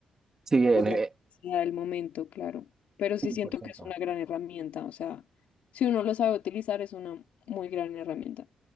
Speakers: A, on the right; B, on the left.
A: Sí, en,
B: por
A: eh,
B: la necesidad del momento, claro. Pero sí
A: cien
B: siento
A: por ciento
B: que es una gran herramienta, o sea, si uno lo sabe utilizar, es una muy gran herramienta.